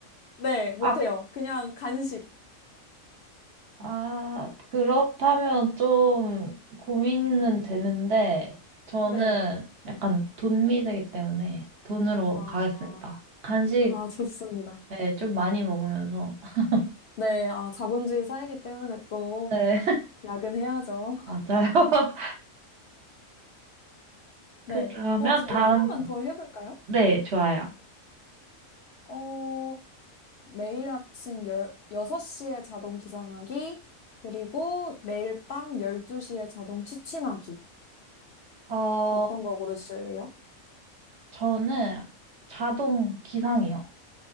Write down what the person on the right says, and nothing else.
아,
아, 그렇다면 좀 고민은 되는데 저는
약간 돈 미세이기 때문에 돈으로
가겠습니다. 간식
네, 좀 많이 먹으면서. <laughs>
네,
맞아요. <laughs>
그러면
다음,
네, 좋아요.
어,
저는 자동 기상이요.